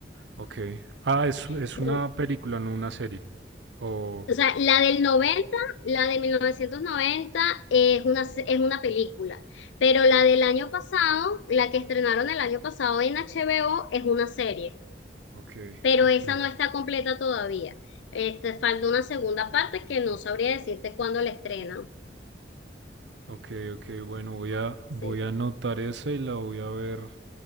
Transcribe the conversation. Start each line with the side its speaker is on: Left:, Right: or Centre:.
Right: Ok. Ah, es, es
Left: Sí,
Right: una película, no una serie. Oh,
Left: O sea, la del noventa la de 1990 es una, es una película, pero la del año pasado, la que estrenaron el año pasado en HBO es una serie,
Right: ok.
Left: pero
Right: Ok,
Left: esa no está completa todavía. Este, falta una segunda parte que no sabría decirte cuándo la estrenan.
Right: ok, ok, bueno, voy a, voy
Left: Sí.
Right: a anotar esa y la voy a ver.